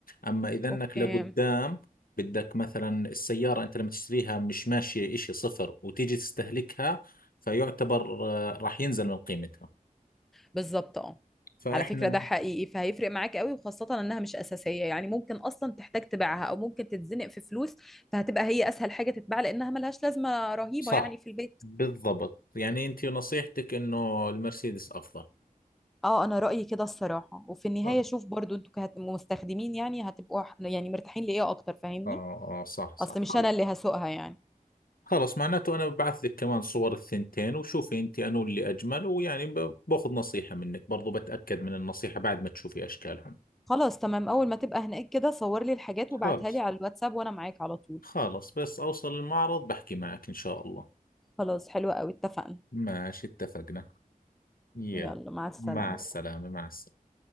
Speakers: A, on the left; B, in the centre.
A: اما اذا انك
B: اوكي
A: لقدام بدك مثلا السيارة انت لما تشتريها مش ماشية اشي صفر وتيجي تستهلكها فيعتبر آه، راح ينزل من قيمتها
B: بالظبط اه
A: فاحنا
B: على فكرة ده حقيقي فهيفرق معاك قوي وخاصة انها مش اساسية يعني ممكن اصلا تحتاج تبيعها او ممكن تتزنق في فلوس فهتبقى هي اسهل حاجة تتباع لانها ملهاش لازمة رهيبة
A: صح
B: يعني في البيت
A: بالضبط يعني انت نصيحتك انه المرسيدس افضل
B: اه انا رأيي كده الصراحة وفي النهاية
A: خلص.
B: شوف برضو انتوا كمستخدمين يعني هتبقوا ح- يعني مرتاحين لايه اكتر فاهمني
A: اه اه صح صح
B: اصل مش
A: خلص
B: انا اللي هسوقها يعني
A: خلص معناته انا ببعث لك كمان صور الثنتين وشوفي انت انو اللي اجمل ويعني ب- باخذ نصيحة منك برضو بتأكد من النصيحة بعد ما تشوفي اشكالهم
B: خلاص تمام اول ما تبقى هناك كده صور لي الحاجات
A: خلص
B: وابعتها لي على الواتساب وانا معاك على طول
A: خلص بس اوصل المعرض بحكي معك ان شاء الله
B: خلاص حلوة قوي اتفقنا
A: ماشي اتفقنا يلا
B: يلا مع السلامة
A: مع السلامة مع السلامة